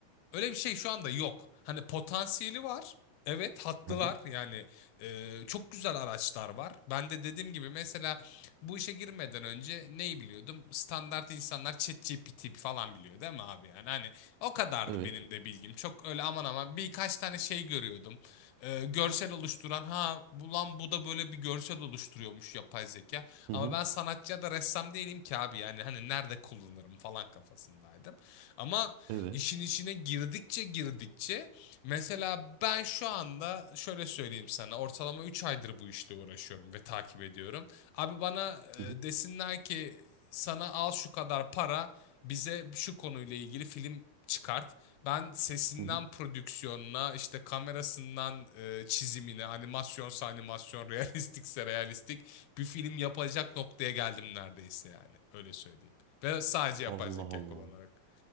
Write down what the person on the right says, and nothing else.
<laughs>
Evet.
Hı
hı.
Evet.
Hı
hı.
Hı hı.
Allah
Allah.